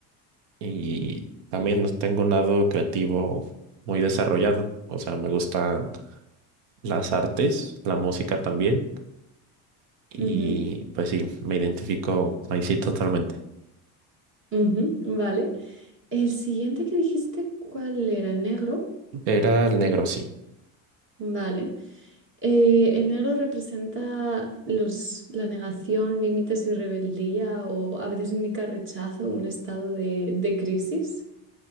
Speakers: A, on the right; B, on the right.
A: y también no tengo un lado creativo muy desarrollado. O sea, me gustan las artes, la música también y
B: ujú,
A: pues sí, me identifico ahí sí totalmente.
B: ujú, vale. El siguiente que dijiste, ¿cuál era? El negro.
A: Era el negro, sí.
B: Vale. Eh, el negro representa los, la negación, límites y rebeldía o a veces indica rechazo, un estado de, de crisis.